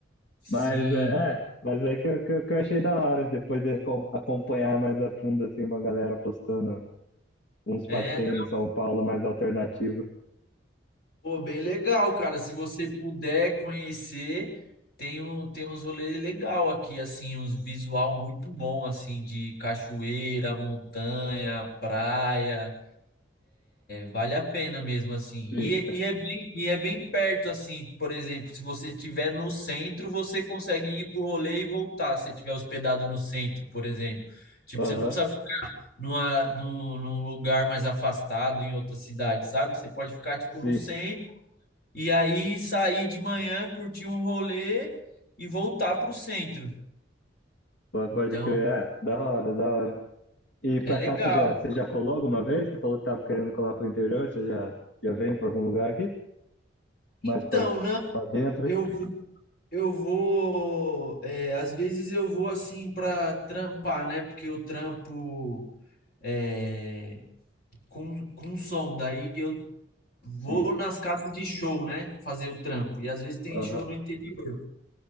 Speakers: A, on the left; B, on the left.
A: sim,
B: Mas é, é, mas é que, eu- que, eu- que eu achei da hora depois de acom- acompanhar mais a fundo assim uma galera postando uns
A: é,
B: passeios em São Paulo mais alternativo.
A: pô, bem legal, cara. Se você puder conhecer, tem um, tem uns rolês legal aqui, assim, uns visual muito bom, assim, de cachoeira, montanha, praia. Vale a pena mesmo, assim. E,
B: Sim.
A: e, é bem, e é bem perto, assim. Por exemplo, se você estiver no centro, você consegue ir pro rolê e voltar, se você estiver hospedado no centro, por exemplo. Tipo,
B: Aham.
A: você não precisa ficar numa, num, num lugar mais afastado, em outra cidade, sabe? Você pode ficar, tipo,
B: Sim.
A: no centro e aí sair de manhã, curtir um rolê e voltar pro centro.
B: Po- Pode
A: Então,
B: crer. É, da hora, da hora. E pra
A: é legal.
B: cá você já, você já colou alguma vez? Você falou que tava querendo colar pro interior, você já, já veio pra algum lugar aqui?
A: Então,
B: Mais pra,
A: não,
B: pra dentro,
A: eu
B: hein?
A: vi Eu vou, é, às vezes eu vou assim para trampar, né? Porque eu trampo é, com, com som, daí eu vou
B: Sim.
A: nas casas de show, né? Fazer o trampo. E às vezes tem
B: Aham.
A: show no interior.